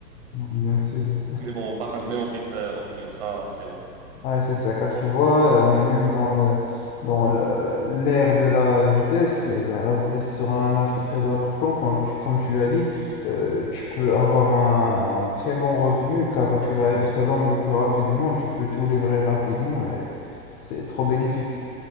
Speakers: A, on the left (about 15°); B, on the right (about 35°).
A: Non, Bien sûr.
B: <laughs> Mais bon, on partage la même opi- euh, opinion, ça, c'est bon.
A: Ouais, c'est ça, car tu vois, euh, on est même dans le, dans le- l'ère de la vitesse. Eh bien, la vitesse sera un ajout très important. Quand tu- comme tu as dit, euh, tu peux avoir un, un très bon revenu car tu vas être l'homme le plus rapide du monde. Tu peux tout livrer rapidement et c'est trop bénéfique.